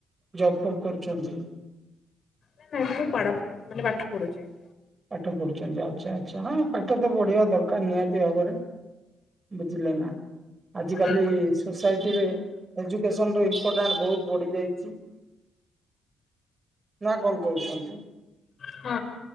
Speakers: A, on the right; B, on the left.
A: ଜବ ଫୋବ କରୁଛନ୍ତି?
B: ନାଁ ନାଁ ମୁଁ ପାଡ଼ ମାନେ ପାଠ ପଡୁଛି।
A: ପାଠ ପଢୁଛନ୍ତି ଆଚ୍ଛା ଆଚ୍ଛା ହଁ ପାଠ ତ ପଢିବା ଦରକାର ନିହାତି ଭାବରେ। ବୁଝିଲ ନାଁ। ଆଜି କାଲି
B: ଆଜ୍ଞା।
A: ସୋସାଇଟି ରେ ଏଜୁକସନ ର ଇପୋର୍ଟାଣ୍ଟ ବହୁ ବଢି ଯାଇଛି ନାଁ କଣ କହୁଛନ୍ତି?
B: ହଁ